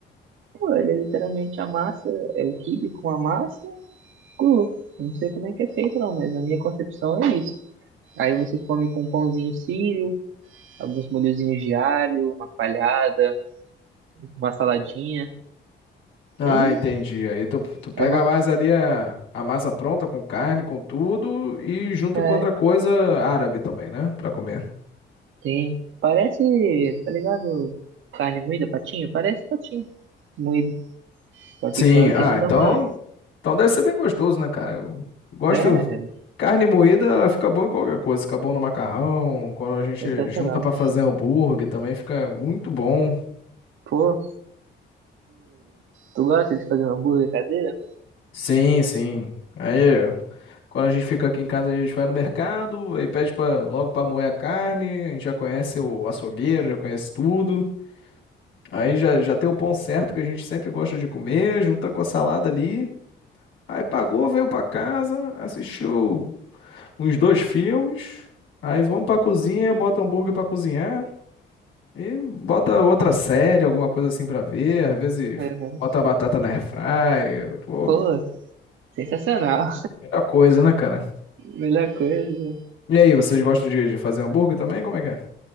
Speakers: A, on the right; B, on the left.
A: Pô, ele é literalmente amassa, é o quibe com a massa cru. Eu não sei como é que é feito não, mas na minha concepção é isso. Aí você come com um pãozinho sírio, alguns molhozinhos de alho, uma palhada, uma saladinha.
B: Ah,
A: E
B: entendi. Aí tu, tu pega
A: é uma.
B: mais ali a, a massa pronta com carne, com tudo, e junta
A: É,
B: com outra coisa árabe também, né? Pra comer.
A: tem. Parece, tá ligado? Carne moída, patinho? Parece patinho moído. Só
B: Sim,
A: que claro
B: ah,
A: que eles
B: então
A: dão uma.
B: Então deve ser bem gostoso, né, cara? Eu gosto.
A: É,
B: Carne moída fica bom em qualquer coisa. Fica bom no macarrão. Quando a gente
A: sensacional.
B: junta pra fazer hambúrguer também fica muito bom.
A: Pô, Tu gosta de fazer um hambúrguer caseiro?
B: Sim, sim. Aí, quando a gente fica aqui em casa, a gente vai no mercado, aí pede pra, logo pra moer a carne. A gente já conhece o açougueiro, já conhece tudo. Aí já, já tem o pão certo que a gente sempre gosta de comer, junta com a salada ali. Aí pagou, veio pra casa, assistiu uns dois filmes, aí vamos pra cozinha, bota hambúrguer pra cozinhar e bota outra série, alguma coisa assim pra ver. Às vezes
A: Uhum.
B: bota a batata na airfryer, pô,
A: Pô, sensacional.
B: muita coisa, né, cara?
A: Melhor coisa.
B: E aí, vocês gostam de, de fazer hambúrguer também? Como é que é?